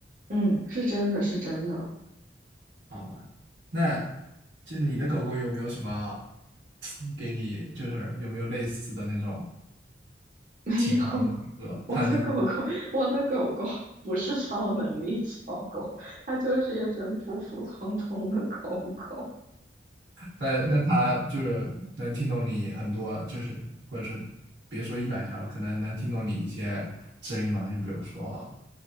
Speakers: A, on the right; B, on the right.
A: 嗯，是真的是真的，
B: 好吧，那就你的狗狗有没有什么给你，就是有没有类似的那种
A: <laughs> 没有，
B: 情况？
A: <laughs>
B: 说它能，
A: 我的狗狗，我的狗狗不是超能力小狗，它就是一只普普通通的狗狗。
B: 它那它就是能听懂你很多，就是或者说别说一百条，可能能听懂你一些指令嘛？就比如说，